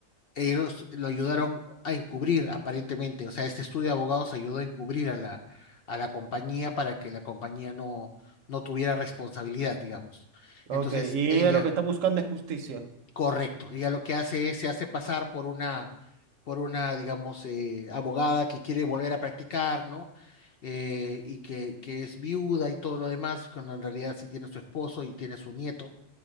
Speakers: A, on the left; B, on the right.
A: e ellos lo ayudaron a encubrir, aparentemente. O sea, este estudio de abogados ayudó a encubrir a la, a la compañía para que la compañía no, no tuviera responsabilidad, digamos.
B: Ok,
A: Entonces,
B: y
A: ella,
B: ella lo que está buscando es justicia.
A: correcto, ella lo que hace es, se hace pasar por una, por una, digamos, eh, abogada que quiere volver a practicar, ¿no? Eh, y que, que es viuda y todo lo demás, cuando en realidad sí tiene su esposo y tiene su nieto